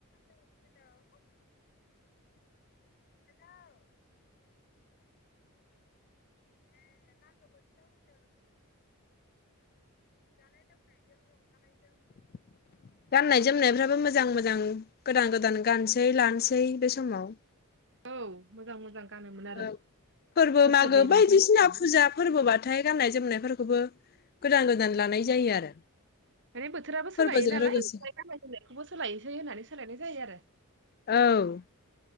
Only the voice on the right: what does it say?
औ मोजां मोजां गानोमोन आरो
बोसोरनै
रंजानाय
माने बोथोराबो सोलाय
नालायमफ्राय
ओमफाय गाननाय जोमनायखौबो सोलायसै होननानै सोलायनाय जायो आरो।